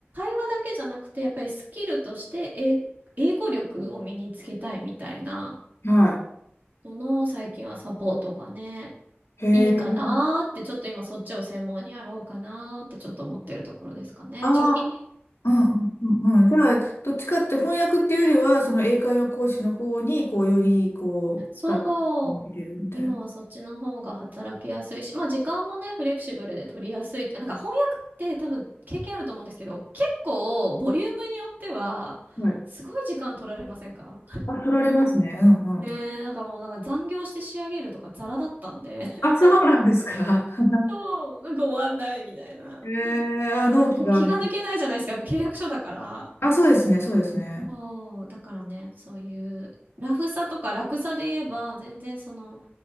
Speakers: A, on the right (about 45°); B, on the left (about 80°).
A: 話だけじゃなくて、やっぱりスキルとして英、英語力を身につけたいみたいな、
B: はい。
A: その最近はサポートがね、
B: へえ。
A: いいかなーって、ちょっと今そっちを専門にやろうかなーってちょっと思ってるところですかね。
B: ああ。
A: 直近に、
B: うんうんうんうん。だから、どっちかって翻訳っていうよりは、その英会話講師の方に、こう、より、こう、
A: そう、
B: 力を向けてるみたいな。
A: 今はそっちの方が働きやすいし、まあ時間もね、フレキシブルで取りやすいって、なんか翻訳って多分経験あると思うんですけど、結構ボリュームによっては、
B: はい。
A: すごい時間取られませんか
B: あ、取られますね。うんうん。
A: <laughs> ねえ、
B: と
A: なんかもうなんか残業して仕上げるとかザラだったんで、<laughs>
B: あ、そうなんですか。<laughs>
A: そう、なんか終わんないみたいな。
B: へえー、あ、納期がある。
A: でも今日気が抜けないじゃないですか、やっぱ契約書だから。
B: あ、そうですね、そうですね。
A: そう、だからね、そういう、ラフさとか楽さで言えば、全然その、